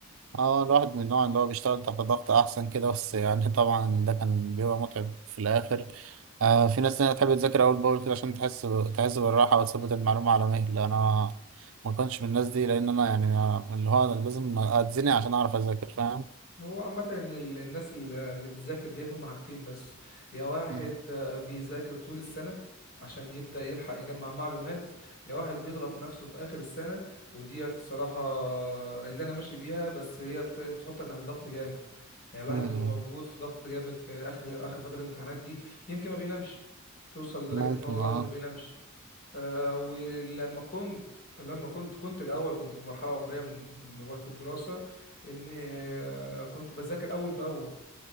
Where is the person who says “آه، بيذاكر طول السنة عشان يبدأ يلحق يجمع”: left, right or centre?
Left